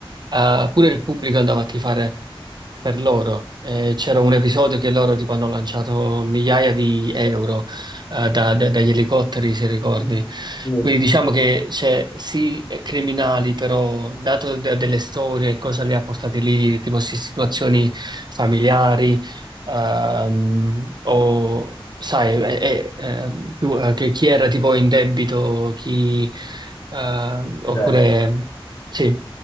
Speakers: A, on the right; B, on the left.
A: eh, pure il pubblico andava a tifare per loro. Eh, c'era un episodio che loro tipo hanno lanciato migliaia di euro eh, da- da- dagli elicotteri, se ricordi.
B: Mhm. Sì,
A: Quindi diciamo
B: sì.
A: che c'è sì eh, criminali, però dato de- delle storie, cosa li ha portati lì, tipo sì, situazioni familiari, ehm, o sai, eh, eh, ehm, tu- eh, che chi era tipo in debito, chi, eh, oppure
B: Certo.
A: sì.